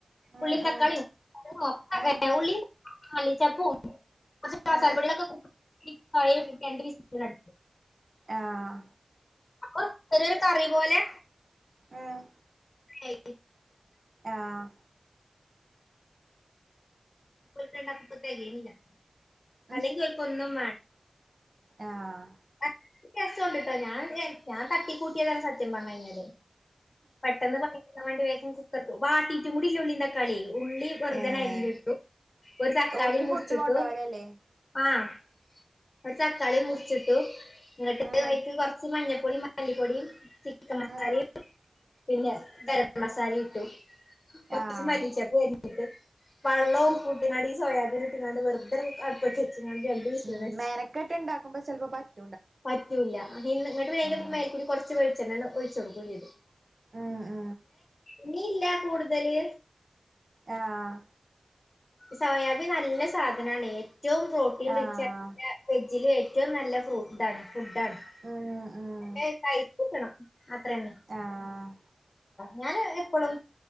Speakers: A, on the left; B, on the right.
A: ഉള്ളീം
B: ഉം
A: തക്കാളീം
B: ഉം
A: <unintelligible>
B: ഉം
A: ഉള്ളി മല്ലിച്ചപ്പും <unintelligible>
B: ഉം
A: <unintelligible>
B: ആഹ്
A: അപ്പൊ ചെറിയരു കറി പോലെ
B: ഏഹ്
A: <unintelligible>
B: ആഹ്
A: കൊൾക്കണ്ടാക്കത്തെകയണില്ലാ
B: ഉം
A: അല്ലെങ്കി ഓൽക്കൊന്നും വേ
B: ആഹ്
A: ഏ രസോണ്ട്ട്ടോ ഞാൻ ഏ ഞാൻ തട്ടിക്കൂട്ടിയതാണ് സത്യം പറഞ്ഞയിഞ്ഞാല് പെട്ടെന്ന് പറ എന്താവാണ്ടി വേഗം കുക്കർക്ക് വാട്ടീട്ട് കൂടില്ലഉള്ളള്ളിന്താകളിയെയ് ഉള്ളി വെറുതനരിഞ്ഞിട്ടു
B: ഏഹ്
A: ഒരു തക്കാളി
B: ഓൾക്ക്
A: മുറിച്ചിട്ടു
B: ഫുഡ് കൊണ്ടോവലല്ലേ
A: ആഹ് ഒരുച്ചക്കാളി മുർച്ചി ട്ടു ഇങ്ങട്ട്
B: ഉം
A: അയ്ക്ക് കൊർച്ച് മഞ്ഞപ്പൊ പൊടി മല്ലിപ്പൊടീം ചി ക്കൻ മസാലീം
B: ഉം
A: പിന്നെ ഗരം മസാലിട്ടു കൊറച്ച്
B: ആഹ്
A: മല്ലിച്ചപ്പ് <unintelligible> <unintelligible>
B: ഉം
A: <unintelligible> വിസിലടിച്ചു
B: മ് മെനക്കെട്ട് ഇണ്ടാക്കുമ്പോ ചെലപ്പോ പറ്റ്
A: പറ്റൂല്ല നി നിങ്ങട്ട് <unintelligible>
B: ആഹ്
A: കൊറച്ച് വെളിച്ചെണ് <unintelligible>
B: മ് മ്
A: ഇനി ഇല്ല കൂടുതല്.
B: ആഹ്
A: സോയാബി നല്ല സാധനാണ്. ഏറ്റവും പ്രോട്ടീൻ
B: ആഹ്
A: റിച്ച് <unintelligible> ഫ്രീജില് വെ ഏറ്റവും നല്ല ഫ്രൂട്ടാണ്. ഫുഡാണ്
B: ഉം ഉം
A: ഇന്നട്ട് അയ് കൈ പുട്ച്ചണ് അത്രയെന്നെ
B: ആഹ്
A: ഞാന് എപ്പളും